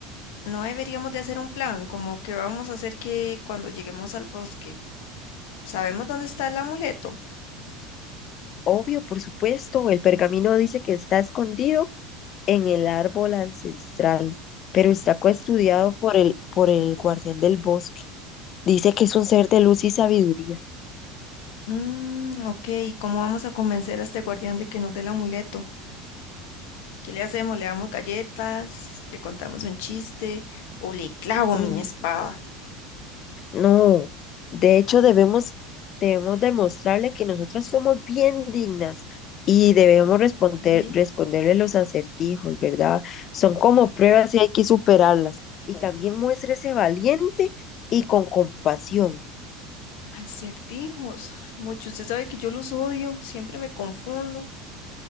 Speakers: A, on the left; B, on the left.
A: No deberíamos de hacer un plan, como que vamos a hacer que cuando lleguemos al bosque, ¿sabemos dónde está el amuleto?
B: Obvio, por supuesto, el pergamino dice que está escondido en el árbol ancestral, pero está custodiado por el, por el guardián del bosque. Dice que es un ser de luz y sabiduría.
A: Mm, ok, ¿y cómo vamos a convencer a este guardián de que nos dé el amuleto? ¿Qué le hacemos? ¿Le damos galletas? ¿Le contamos un chiste? ¿O le clavo
B: Mm,
A: mi espada?
B: no, de hecho debemos, debemos demostrarle que nosotras somos bien dignas y debemos responder,
A: Ey,
B: responderle los acertijos, ¿verdad? Son como pruebas y hay que superarlas. Y también muéstrese valiente y con compasión.
A: Acertijos. Ay, mucho, usted sabe que yo los odio, siempre me confundo.